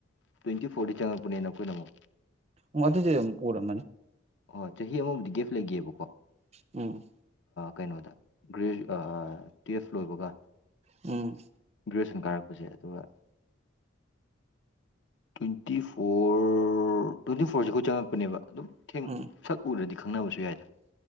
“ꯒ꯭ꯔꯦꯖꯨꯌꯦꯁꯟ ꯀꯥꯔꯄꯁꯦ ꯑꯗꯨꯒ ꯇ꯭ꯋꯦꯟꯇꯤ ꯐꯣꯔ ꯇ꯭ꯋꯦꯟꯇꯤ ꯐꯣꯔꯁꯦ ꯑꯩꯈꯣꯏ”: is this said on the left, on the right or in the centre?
Left